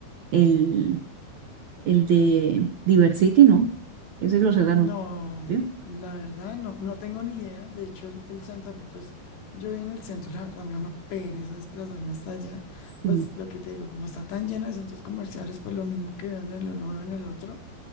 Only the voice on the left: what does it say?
No,
la verdad no, no tengo ni idea. De hecho, el, el Santa Fe, pues yo vivo en el centro, la verdad me da una pereza desplazarme hasta allá.
Pues lo que te digo, como está tan lleno de centros comerciales, pues lo mismo que veo en el uno, veo en el otro.